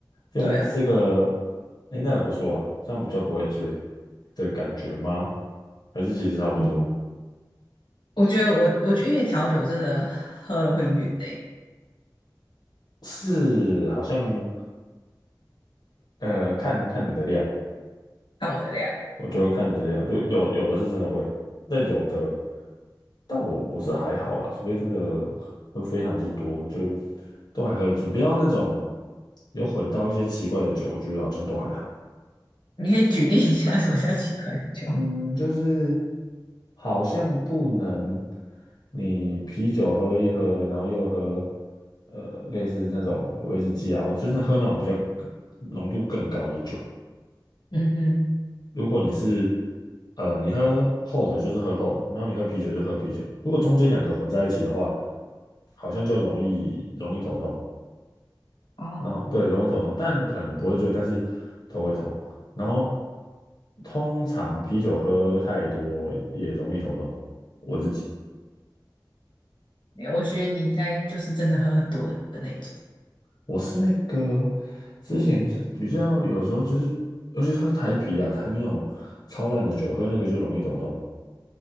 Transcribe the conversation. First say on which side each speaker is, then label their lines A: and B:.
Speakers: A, on the left; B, on the left.
A: 用这个，
B: 对啊，
A: 哎，那也不错啊，这样比较不会醉的感觉吗？还是其实差不多？
B: 嗯，我觉得我我觉得因为调酒真的喝了会晕呢、
A: 是，好像呃，看看你的量，
B: 看我的量。
A: 我觉得看你的量，就有有的是真的会，但有的，但我我是还好啦，除非真的都非常之多，就都还喝得住，不要那种有混到一些奇怪的酒，我觉得好像都还好。
B: 你可以举例一下什么叫奇怪的酒？
A: 嗯，就是好像不能你啤酒喝一喝，然后又喝呃类似那种威士忌啊，就是喝那种比较浓度更高的酒。
B: 嗯哼，
A: 如果你是呃，你喝厚的，就是喝厚的，然后你喝啤酒就喝啤酒。如果中间两个混在一起的话，好像就容易容易头痛。
B: 哦，
A: 然后对，容易头痛，但可能不会醉，但是头会痛。然后通常啤酒喝太多也容易头痛。我自己
B: 我觉得你应该就是真的喝很多的那一种。
A: 我是那个之前是比较有时候就是，尤其是喝台啤啊，台啤那种超烂的酒，喝那个就容易头痛。